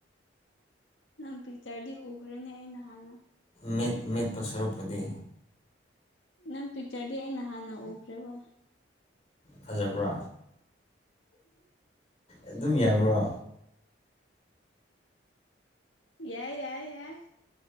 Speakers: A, on the left; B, on the left.
A: ꯅꯪ ꯄꯤꯇꯔꯗꯤ ꯎꯈ꯭ꯔꯅꯦ ꯑꯩ ꯅꯍꯥꯟꯅ
B: ꯃꯦꯠ ꯃꯦꯠꯄ ꯁꯔꯨꯛꯄꯨꯗꯤ
A: ꯅꯪ ꯄꯤꯛꯆꯔꯗꯤ ꯑꯩꯅ ꯍꯥꯟꯅ ꯎꯈ꯭ꯔꯦꯕꯣ
B: ꯐꯖꯕ꯭ꯔꯥ ꯑꯗꯨꯝ ꯌꯥꯕ꯭ꯔꯣ
A: ꯌꯥꯏ ꯌꯥꯏ ꯌꯥꯏ